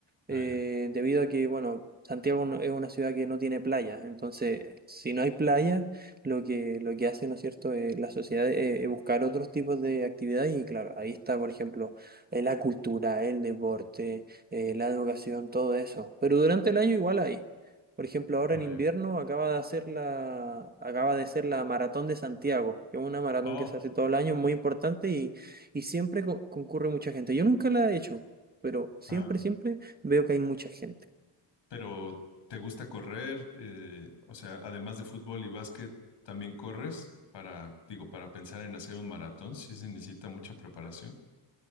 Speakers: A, on the left; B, on the right.
A: Ah,
B: eh,
A: ya.
B: debido a que, bueno, Santiago no- es una ciudad que no tiene playa, entonces si no hay playa, lo que, lo que hace, ¿no es cierto?, eh, la sociedad eh, es buscar otros tipos de actividades y claro, ahí está, por ejemplo, eh, la cultura, el deporte, eh, la educación, todo eso, pero durante el año igual hay. Por ejemplo, ahora
A: Oh,
B: en invierno
A: ya.
B: acaba de hacer la, acaba de ser la Maratón de Santiago, que es una maratón
A: Oh,
B: que se hace todo el año, muy importante y, y siempre co- concurre mucha gente. Yo nunca la he hecho, pero siempre,
A: ah.
B: siempre veo que hay mucha gente.
A: Pero, ¿te gusta correr? Eh, o sea, además de fútbol y básquet, ¿también corres? Para, digo, para pensar en hacer un maratón, sí se necesita mucha preparación.